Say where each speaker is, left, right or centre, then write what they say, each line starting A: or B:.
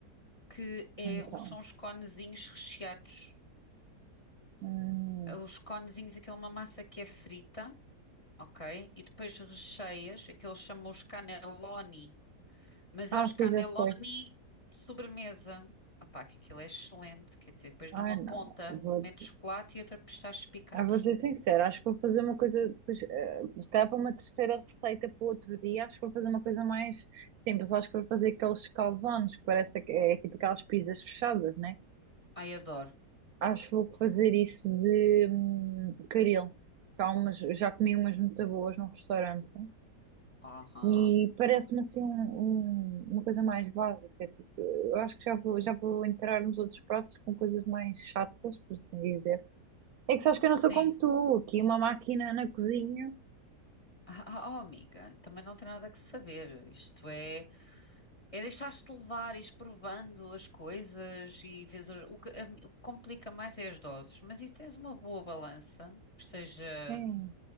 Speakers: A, on the left (about 25°); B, on the right (about 70°).
A: que é,
B: Então.
A: um- são os conezinhos recheados.
B: hum.
A: Os conezinhos, aquela uma massa que é frita, ok? E depois recheias, aqueles chamam os cannelloni, mas
B: Ah,
A: é uns
B: sim,
A: cannelloni
B: já sei.
A: de sobremesa. Opá, que aquilo é excelente, quer dizer, depois
B: Ai,
A: numa
B: não.
A: ponta
B: Vou...
A: metes chocolate e outra pistachos picados.
B: Ah, vou ser sincera, acho que vou fazer uma coisa, pois, eh, se calhar para uma terceira receita para o outro dia, acho que vou fazer uma coisa mais simples. Acho que vou fazer aqueles calzones, parece que é é tipo aquelas pizzas fechadas, né?
A: Ai, adoro.
B: Acho que vou fazer isso de hum, caril. Tá, umas, já comi umas muito boas num restaurante
A: Aham,
B: e parece-me assim um- um- uma coisa mais básica. Tipo, eu acho que já vou, já vou entrar nos outros pratos com coisas mais chatas, por assim dizer. É que sabes que eu
A: Sim.
B: não sou como tu, aqui uma máquina na cozinha,
A: Ah, ah, oh, amiga, também não tem nada que saber. Isto é, é deixar-te levar, ires provando as coisas e vês as- o que, a mi- o que complica mais é as doses. Mas e se tens uma boa balança, que esteja.
B: hein,